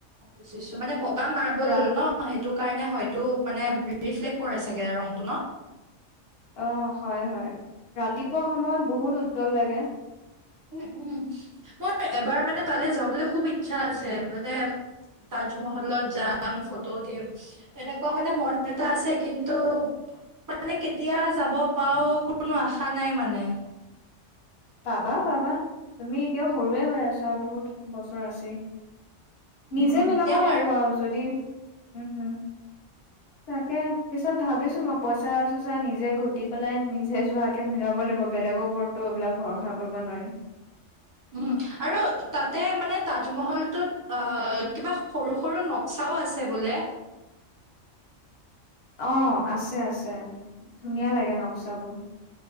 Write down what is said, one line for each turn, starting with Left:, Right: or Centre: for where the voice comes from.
Right: বুজিছো মানে বগা মাৰ্বল
Left: ৰাত
Right: ন? অ', সেইটো কাৰণে হয়টো মানে ৰিফ্লেক্ট কৰে চাগে ৰঙটো ন!
Left: অ', হয় হয় ৰাতিপুৱা সময়ত বহুত উজ্জ্বল লাগে।
Right: উম, উম, মোৰ এবাৰ মানে তালৈ যাবলৈ খুব ইচ্ছা আছে মানে তাজমহলত যাম ফটো উঠিম। এনেকুৱা মানে মন এটা আছে। কিন্তু মানে কেতিয়া যাব পাওঁ কোনো আশা নাই মানে।
Left: পাবা পাবা তুমি এতিয়াও সৰুৱে হৈ আছা আৰু বহুত বছৰ আছেই। নিজে
Right: উম
Left: মিলাব
Right: তেওঁ
Left: লাগিব আৰু যদি উম। তাকে পিছত ভাবিছো মই পইচা চইচা নিজে ঘটি পেলাই নিজে যোৱাকে মিলাব লাগিব। বেলেগক ওপৰতটো এইবিলাক ভৰষা কৰিব নোৱাৰি।
Right: উম, আৰু তাতে মানে তাজমহলটোত অ' কিবা সৰু সৰু ন চাও আছে বোলে?
Left: অ', আছে আছে ধুনীয়া লাগে নক্সাবোৰ।